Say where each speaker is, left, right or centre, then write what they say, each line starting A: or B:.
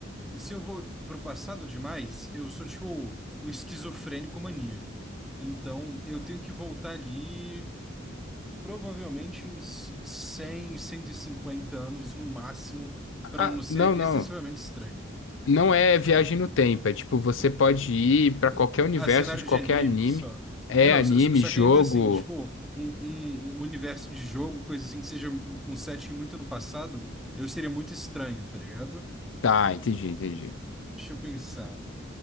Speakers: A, in the centre; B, on the left.
A: se eu vou pro passado demais, eu sou, tipo, um esquizofrênico maníaco. Então, eu tenho que voltar ali. provavelmente uns 100, 150 anos no máximo, para
B: Ah,
A: não ser
B: não, não.
A: excessivamente estranho.
B: Não é viagem no tempo. É tipo, você pode ir pra qualquer universo
A: Ah, cenário
B: de qualquer
A: de anime,
B: anime.
A: só.
B: É
A: É, não,
B: anime,
A: só, só só
B: jogo.
A: que ainda assim, tipo, um, um- um universo de jogo, coisa assim, que seja um um setting muito no passado, eu seria muito estranho, tá ligado?
B: Tá, entendi, entendi.
A: Deixa eu pensar.